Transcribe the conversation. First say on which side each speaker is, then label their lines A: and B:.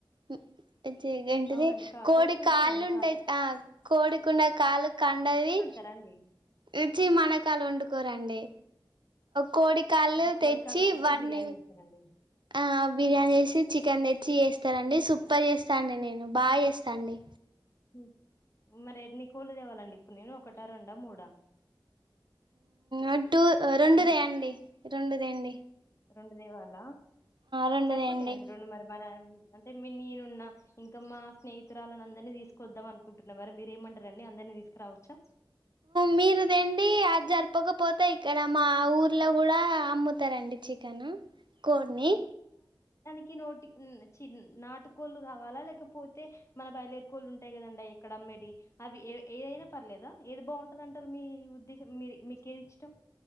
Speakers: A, on the right; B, on the left.
A: ఉ అది ఏంటిది
B: అవునండి కా
A: కోడి
B: కోడికి ఉంటాయి
A: కాళ్ళు
B: కదండి
A: ఉంటాయి ఆ కోడికున్న కాలు కండది
B: రండి
A: రుచి మనకాలు వండుకోరండి కోడి కాలు
B: అంటే కోడి
A: తెచ్చి
B: కాళ్ళు ఒకటే
A: వాటిని
B: బిర్యానీ చేస్తారండి
A: ఆ బిర్యానీ చేసి చికెన్ తెచ్చి చేస్తార అండి సూపర్ చేస్తాను అండి నేను బాగా చేస్తా అండి
B: ఉ మరి ఎన్ని కోళ్లు తేవాలండి ఇప్పుడు నేను ఒకటా రెండా మూడా
A: ఉ టు రెండు
B: ఎన్ని
A: తాండి రెండు తాండి
B: రెండు తేవాలా
A: రెండు
B: సరిపోతయండి
A: తేండి
B: రెండు మరి అంటే మీ నేనున్న ఇంకా మా స్నేహితురాలని అందరినీ తీసుకొద్దాం అనుకుంటున్నా మరి మీరేమంటారండి అ అందరిని తీసుకురావచ్చు
A: మీరుదండి అది జరపకపోతే ఇక్కడ మా ఊర్లో కూడా అమ్ముతారండి చికన్ కోడ్ని
B: కి నోటిక్ న్ చిన్ నాటు కోళ్ళు కావాలా లేకపోతే మన బయేలేరు కోళ్ళు ఉంటాయి కదండి ఇక్కడ మ్ మెడి అవి ఏ ఏ అయినా పర్లేదా. ఏది బాగుంటరంటరు మీ ఉద్దేశం మీరి మీకు ఏది ఇష్టం